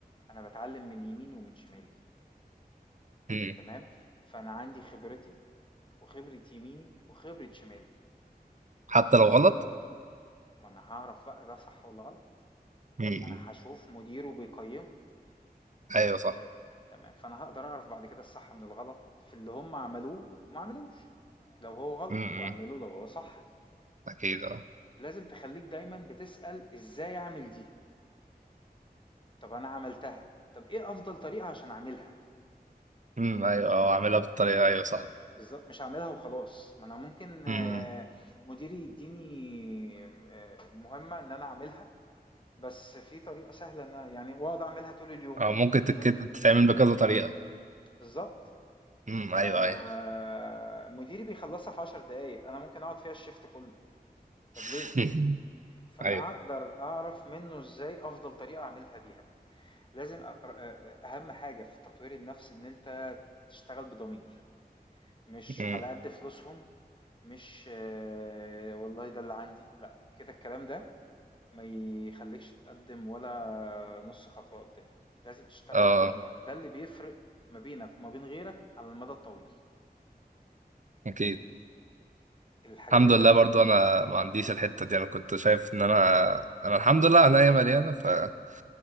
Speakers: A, on the left; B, on the right.
A: أنا بتعلم من يميني ومن شمالي
B: مم.
A: تمام فأنا عندي خبرتي وخبرة يميني وخبرة شمالي
B: حتى لو غلط
A: ما أنا هعرف بقى ده صح ولا غلط
B: مم.
A: ما أنا هشوف مديره بيقيمه
B: ايوه صح
A: تمام فأنا هقدر أعرف بعد كده الصح من الغلط في اللي هم عملوه وما عملوش لو هو غلط
B: مم.
A: وعمله لو هو صح
B: اكيد اه
A: لازم تخليك دايما بتسأل إزاي أعمل دي طب أنا عملتها طب إيه أفضل طريقة عشان أعملها
B: مم. ايوه او اعملها بالطريقه ايوه صح
A: بالضبط، مش هاعملها وخلاص، ما أنا ممكن آآ
B: مم.
A: مديري يدّيني آآ مهمة إن أنا أعملها، بس في طريقة سهلة إن أنا- يعني وأقعد أعملها طول اليوم،
B: او ممكن تتكت-
A: بس
B: تتعمل بكذا طريقه
A: بالضبط،
B: مم.
A: فمديري
B: ايوه ايوه
A: بيخلّصها في 10 دقايق، أنا ممكن أقعد فيها الشيفت كلّه، طب
B: <laughs>
A: ليه؟ فأنا
B: ايوه
A: أقدر أعرف منّه إزاي أفضل طريقة أعملها بيها، لازم أ أر أ أهم حاجة في تطوير النَفْس إن أنت تشتغل بضمير. مش
B: مم.
A: على قد فلوسهم مش آه، والله ده اللي عندي لا كده الكلام ده ما يخليكش تتقدم ولا نص خطوة قدام لازم تشتغل
B: اه
A: بضمير ده اللي بيفرق ما بينك وما بين غيرك على المدى الطويل
B: اكيد
A: الحاجات
B: الحمد
A: اللي
B: لله
A: انا
B: برضو انا ما عنديش الحته دي انا كنت شايف ان انا انا الحمد لله عينيا مليانه فببقى